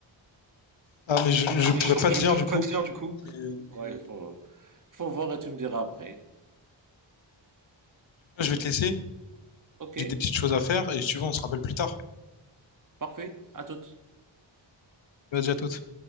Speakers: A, on the left; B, on the right.
A: Ah, mais je,
B: Ah,
A: je
B: mais
A: pourrais
B: je
A: pas
B: ne
A: te dire,
B: pourrais
A: du
B: pas
A: coup.
B: te dire du coup.
A: Euh,
B: Ouais, il faut, faut voir et tu me diras après.
A: Là, je vais te laisser.
B: Ok,
A: J'ai des petites choses à faire et si tu veux, on se rappelle plus tard.
B: parfait, à toutes.
A: Vas-y, à toutes.